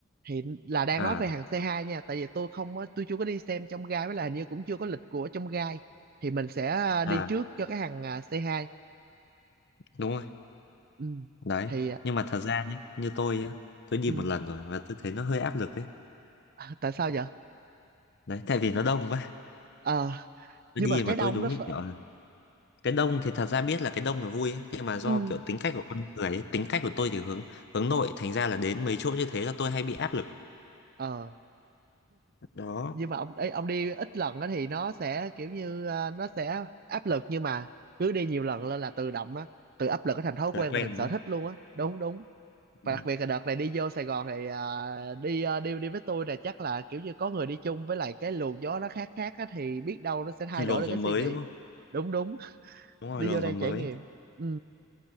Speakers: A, on the right; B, on the left.
A: thì là đang
B: à
A: nói về hàng C2 nha tại vì tôi không có- tôi chưa có đi xem trong gai với là hình như cũng chưa có lịch của trong gai thì mình sẽ ờ, đi
B: à
A: trước cho cái hàng ờ, C2
B: đúng rồi
A: ừ.
B: đấy
A: thì ờ,
B: nhưng mà thật ra nhé như tôi á tôi đi
A: ừ.
B: một lần rồi và tôi thấy nó hơi áp lực ấy
A: À, tại sao vậy
B: đấy tại vì nó đông quá
A: ờ
B: tôi
A: nhưng
B: đi
A: mà
B: mà
A: cái đông
B: tôi đúng
A: nó ph-
B: như kiểu là cái đông thì thật ra biết là cái đông là vui ấy nhưng mà do
A: ừ.
B: kiểu tính cách của con người ấy, tính cách của tôi thì hướng hướng nội thành ra là đến mấy chỗ như thế là tôi hay bị áp lực
A: ờ
B: đó
A: nhưng mà ông ấy ông đi ít lần á thì nó sẽ kiểu như ờ, nó sẽ áp lực nhưng mà cứ đi nhiều lần lên là tự động đó tự áp lực nó thành thói
B: là
A: quen
B: quen
A: và thành
B: đúng
A: sở
B: không
A: thích luôn á đúng đúng
B: đúng
A: và
B: rồi.
A: đặc biệt là đợt này đi vô Sài Gòn thì à, đi à, đi đi với tôi là chắc là kiểu như có người đi chung với lại cái luồng gió nó khác khác á, thì biết đâu nó sẽ thay
B: luồng
A: đổi được
B: gió
A: cái
B: mới
A: suy nghĩ
B: đúng không
A: đúng đúng
B: đúng rồi
A: đi
B: luồng
A: vô đây
B: gió mới
A: trải nghiệm ừ.